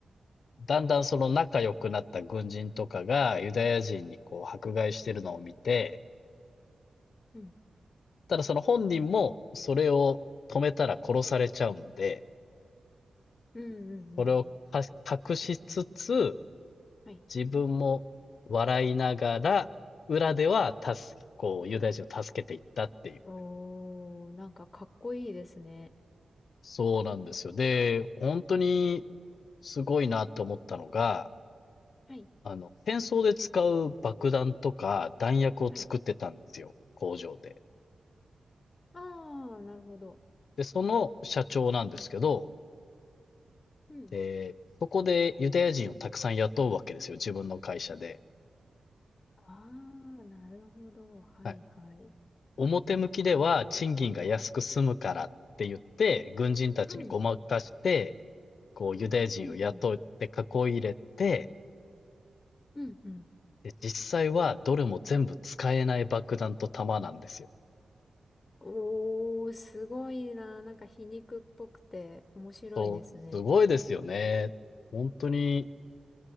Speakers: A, on the left; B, on the left.
A: だんだんその仲良くなった軍人とかがユダヤ人にこう迫害してるのを見て、
B: うん。
A: ただその本人もそれを止めたら殺されちゃうんで、
B: うんうんうん。
A: それを隠しつつ、
B: はい。
A: 自分も笑いながら、裏では助け、こう、ユダヤ人を助けていったっていう
B: おー、なんかかっこいいですね。
A: そうなんですよ。で、本当にすごいなって思ったのが、
B: はい。
A: あの、戦争で使う爆弾とか弾薬を作ってたんですよ、
B: はい。
A: 工場で。
B: あー、なるほど。
A: で、その社長なんですけど、
B: うん
A: で、そこでユダヤ人をたくさん雇うわけですよ、自分の会社で。
B: ああ、なるほど。はいはい。
A: はい。表向きでは賃金が安く済むからって言って、軍人たちにごまかして、
B: うん、
A: こう、ユダヤ人を雇って囲い入れて、
B: うん、うん、うん、うん。
A: で、実際はどれも全部使えない爆弾と弾なんですよ。
B: おー、すごいな。なんか皮肉っぽくて面白いですね。
A: そう、すごいですよね。本当に